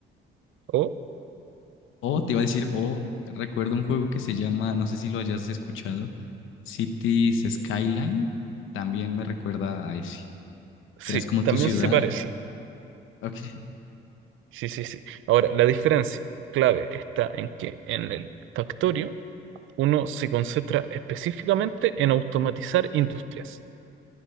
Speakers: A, on the right; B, on the left.
A: oh,
B: o te iba a decir, o recuerdo un juego que se llama, no sé si lo hayas escuchado, Cities Skyline, también me recuerda a ese.
A: sí,
B: Creas como
A: también
B: tu ciudad.
A: se parece.
B: Ok.
A: Sí, sí, sí. Ahora, la diferencia clave está en que en el Factorio uno se concentra específicamente en automatizar industrias.